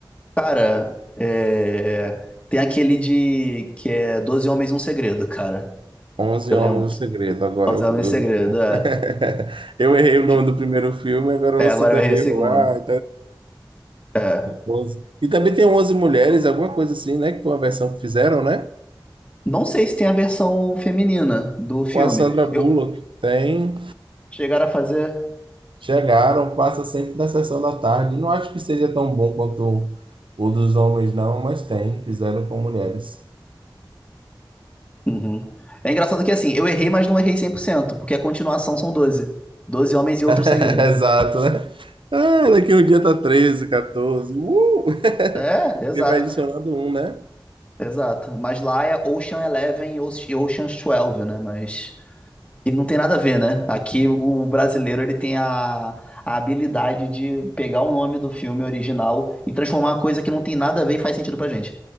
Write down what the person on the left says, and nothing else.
Cara, é, tem aquele de que é Doze Homens e um Segredo, cara.
Eu
lembro que
Doze
Homens
e um Segredo, é.
Fi-
é,
agora
eu errei o segundo.
É.
Não sei se tem a versão feminina do filme.
Eu
chegaram a fazer.
Uhum. É engraçado que assim, eu errei, mas não errei 100%, porque a continuação são 12. Doze Homens e Outro
Segredo.
É, exato,
exato. Mas lá é Ocean Eleven e Oce- e Ocean's 12, né? Mas E não tem nada a ver, né? Aqui o brasileiro ele tem a, a habilidade de pegar o nome do filme original e transformar uma coisa que não tem nada a ver e faz sentido pra gente.